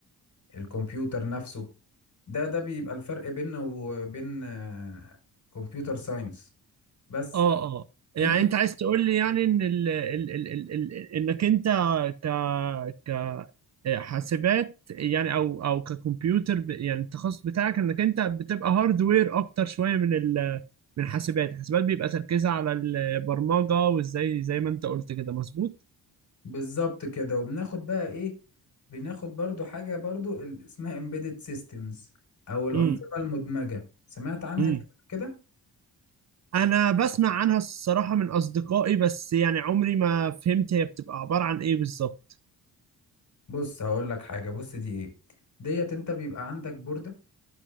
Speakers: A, on the left; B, on the right.
A: آه، الكمبيوتر نفسه ده ده بيبقى الفرق بيننا وبين كمبيوتر ساينس بس
B: اه اه يعني
A: انت
B: انت عايز تقول لي يعني ان ال ال ال ال ال انك انت ك حاسبات يعني او او ككمبيوتر ب- يعني التخصص بتاعك انك انت بتبقى هاردوير اكتر شويه من ال من حاسبات حاسبات بيبقى تركيزها على البرمجه وازاي زي ما انت قلت كده مظبوط
A: بالظبط كده وبناخد بقى ايه بناخد برضو حاجة برضو ال- اسمها embedded systems او الانظمة
B: امم
A: المدمجة سمعت عنها
B: امم
A: دي قبل كده
B: انا بسمع عنها الصراحه من اصدقائي بس يعني عمري ما فهمت هي بتبقى عباره عن ايه بالظبط
A: بص هقول لك حاجة بص دي ايه ديت انت بيبقى عندك بوردة